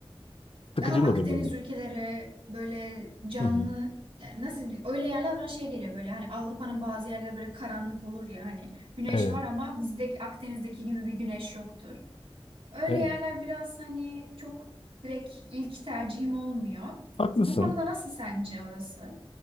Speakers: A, on the left; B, on the right.
A: Sıkıcı
B: Daha Akdeniz
A: mıdır deneyim?
B: ülkeleri böyle canlı
A: Hı hı.
B: yani nasıl diyeyim, öyle yerler bana şey geliyor böyle hani Avrupa'nın bazı yerleri böyle karanlık olur ya hani güneş
A: Evet,
B: var ama bizde Akdeniz'deki gibi bir güneş yoktur. Öyle
A: evet.
B: yerler biraz hani çok direkt ilk tercihim olmuyor.
A: Haklısın.
B: Bu konuda nasıl sence orası?